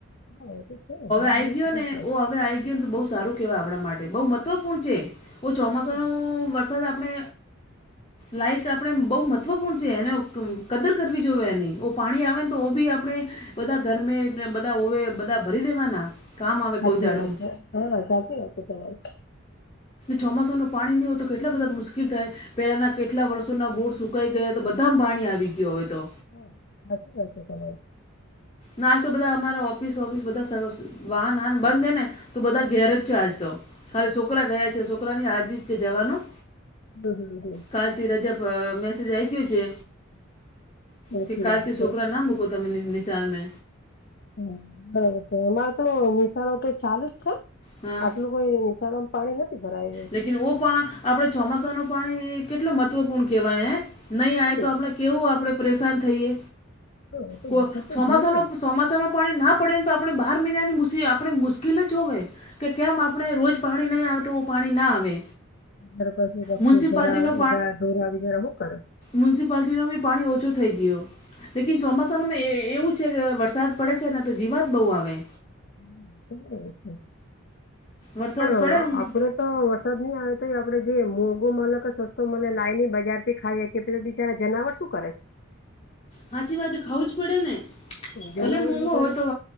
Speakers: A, on the left; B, on the left.
A: હા એ તો છે ને ભાવ
B: આઈ
A: બધો વધી
B: ગયો ને
A: જાય
B: ઓ
A: છે.
B: હવે આઈ બહ સારું કેહેવાય આપણા માટે બહુ મહત્વપૂર્ણ છે ચોમાસા
A: હા
B: નુ.... વરસાદ આપણે લાઈક આપડે બહુ મહત્વપૂર્ણ છે એને કદર કરવી જોયએ એની ઓ પાણી આવે તો બી આપણે બધા ઘરમે બધા હોવે બધા ભરી દેવાના. કામ આવે
A: સાચી
B: કોઈ દાડમ
A: વાત છે સર સાચી વાત છે તમારે.
B: ચોમાસાનું પાણી નહિં હો તો કેટલા બધા મુશ્કેલ થાય. પહેલાના કેટલા વર્ષોના બોર સુકાઈ ગયા તો બધામાં પાણી આવી ગયું હવે તો.
A: હા <unintelligible>
B: નાસ્ તો બધા અમારા ઓફિસ ઓફિસ બધા સરસ વાહન હન બંધ હે ને તો બધા ઘેર જ છે આજ તો ખાલી છોકરા ગયા છે છોકરાની આજ જ છે જવાનું.
A: હ. <unintelligible>
B: કાલથી રજા પ.... મેસેજ આવી ગયો છે.
A: સાચી
B: કે કાલથી
A: વાત છે
B: છોકરા ના મૂકો તમે નિશાર મે.
A: હમ.. બરાબર છે અમારે તો નિશાળો તો ચાલુ જ છે
B: હા
A: આટલું કોઈ નિશાળો પાણી નથી ભરાયા.
B: લેકિન ઓપા આપડે ચોમાસા નું પાણી... કેટલું મહત્વપૂર્ણ કેવાય હે? નહીં
A: હા
B: આવે તો આપણે કેવું આપણેે પરેશાન થઈએ....?
A: હ તો
B: <unintelligible>
A: વરસાદ તો
B: ચોમાસાનો
A: જોઈએ ને
B: ચોમાસા નું પાણી ના પડે ને તો આપણે બાર મહિનાની મુસી આપણે મુશ્કેલ જ હોવે. કે કેમ આપણે રોજ પાણી નહીં આવતું પાણી ના આવે.
A: <unintelligible>
B: મ્યુનિસિપાલિટીનો
A: ધરાવે <unintelligible> શું કરે?
B: મ્યુનિસિપાલિટી નું બી પાણી ઓછો થઈ ગયો લેકિન ચોમાસાનું મેં.. એવું જ છે... વરસાદ પડે છે ને તો જીવાત બઉ આવે
A: <unintelligible> <inaudible>
B: વરસાદ
A: પણ
B: પડે ને
A: આપડે તો વરસાદ નહી આવે તો એ આપડે જે મોંઘું મળે કે સસ્તું મળે લાય ને બજાર થી ખાઈએ. તો બિચારા જનાવર શું કરે છે?
B: હાચી વાત ખાવું જ પડે ને.
A: જનાવર
B: ભલે મોંઘું
A: બિચારા
B: હોય તો....